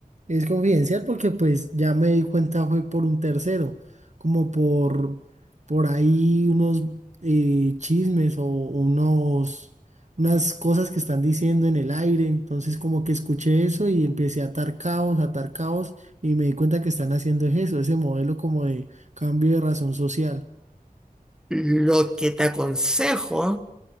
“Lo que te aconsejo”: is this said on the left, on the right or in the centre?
Centre